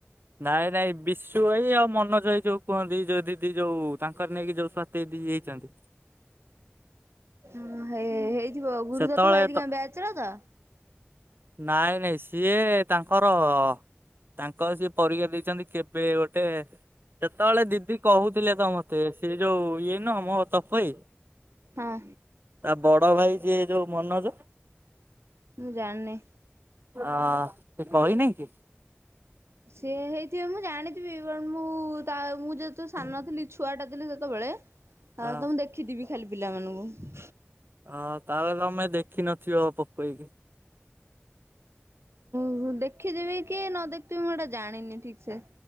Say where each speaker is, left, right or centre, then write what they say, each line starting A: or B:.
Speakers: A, on the right; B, on the right.
A: ନାଇଁ ନାଇଁ ବିଶୁ ଏଇ ଅମ୍ ମନୋଜ ଭାଇ ଯୋଉ କୁହନ୍ତି। ଯୋଉ ଦିଦି ଯୋଉ ତାଙ୍କର ନେଇକି ଯୋଉ ସ୍ଵାତୀ ଦିଦି ଇଏ ହେଇଛନ୍ତି!
B: ଉଁ ହେ-ହେଇଥିବ ଗୁରୁଦତ୍ତ
A: ସେତେବେଳେ
B: ଭାଇହେରିକାଙ୍କ
A: ତ
B: ବ୍ୟାଚର ତ?
A: ନାଇଁ ନାଇଁ ସିଏ ତାଙ୍କର -ଅ ତାଙ୍କ ସିଏ ପରୀକ୍ଷା ଦେଇଚନ୍ତି, କେବେ ଗୋଟେ? ସେତବେଳେ ଦିଦି କହୁଥିଲେ ତ ମତେ, ସେ ଯୋଉ ଇଏ ନୁହଁ। ମୋହ ତପ୍ ଭାଇ
B: ହଁ
A: ତା ବଡ ଭାଇ ହେ ଯୋଉ ମନୋଜ
B: ମୁଁ ଜାଣିନି
A: ଆ ସେ କହିନେଇ କି?
B: ସିଏ ହେଇଥିବେ ମୁଁ ଜାଣିଥିବି ବଟ ମୁଁ ତା ମୁଁ ଯେହେତୁ ସାନ ଥିଲି ଛୁଆ ଟା ଥିଲି ସେତବେଳେ ଆଉ
A: ଅ
B: ତ ମୁଁ ଦେଖିଥିବି ଖାଲି ପିଲାମାନଙ୍କୁ।
A: ହଁ ତାହେଲେ ତମେ ଦେଖିନଥିବ ପପୁ ଭାଇକି।
B: ମୁଁ ଦେଖିଥିବି କି ନ ଦେଖଥିବି ମୁଁ ଏଇଟା ଜାଣିନି ଠିକସେ।